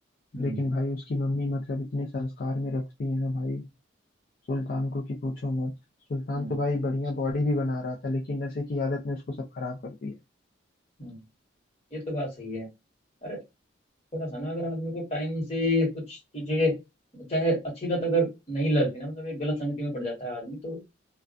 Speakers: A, on the left; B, on the left.
A: हम्म
B: लेकिन भाई उसकी मम्मी मतलब इतने संस्कार में रखती है ना भाई सुल्तान को कि पूछो मत सुल्तान
A: हम्म
B: तो
A: हम्म,
B: भाई बढ़िया बॉडी भी बना रहा था लेकिन नशे की आदत ने उसको सब खराब कर दिया
A: हम्म। ये तो बात सही है अरे थोड़ा सा ना अगर आदमी को टाइम से कुछ चीजें चाहे अच्छी लत अगर नहीं लगती ना मतलब एक गलत संगति में पड़ जाता है आदमी तो